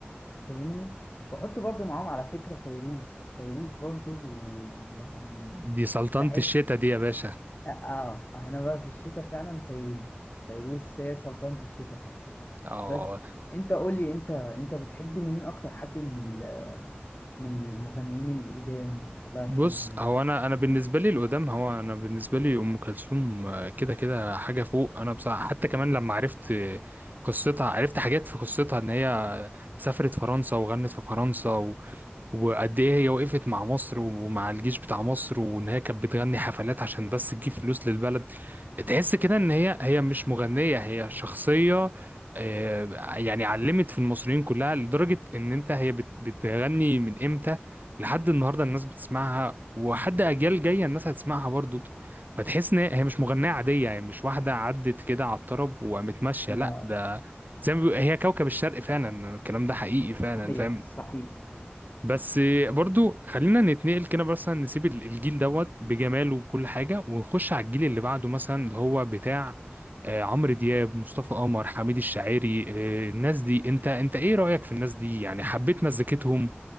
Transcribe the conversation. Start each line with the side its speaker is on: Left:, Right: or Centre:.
Left: فاهمني واحط برضو معاهم على فكره فيروز فيروز برضو يعني
Right: دي سلطنه
Left: بحب
Right: الشتا دي يا باشا
Left: اه آه، انا بقى في الشتاء فعلا فيروز فيروز هي سلطانة الشتاء فعلا
Right: اه
Left: بس انت قول لي انت انت بتحب مين اكتر حد من ال- من المغنيين القدام الله يرحمهم
Right: بص هو انا انا بالنسبه لي القدام هو انا بالنسبه لي ام كلثوم آه، كده كده حاجه فوق انا بصراحه حتى كمان لما عرفت قصتها عرفت حاجات في قصتها ان هي سافرت فرنسا وغنت في فرنسا وقد ايه هي وقفت مع مصر ومع الجيش بتاع مصر وان هي كانت بتغني حفلات عشان بس تجيب فلوس للبلد تحس كده ان هي هي مش مغنية هي شخصية آه، يعني علمت في المصريين كلها لدرجة ان انت هي بت- بتغني من امتى لحد النهاردة الناس بتسمعها وحد اجيال جاية الناس هتسمعها برضو فتحس ان هي مش مغنية عادية يعني مش واحدة عدت كده على الطرب وقامت ماشية
Left: لا
Right: لا ده زي ما بيقول- هي كوكب الشرق فعلا الكلام ده حقيقي فعلا
Left: صحيح
Right: فاهم
Left: صحيح
Right: بس برضو خلينا نتنقل كده مثلا نسيب ال- الجيل دوت بجماله وكل حاجة ونخش على الجيل اللي بعده مثلا اللي هو بتاع آه، عمرو دياب مصطفى قمر حميد الشاعري آه، الناس دي انت انت ايه رأيك في الناس دي يعني حبيت مزيكتهم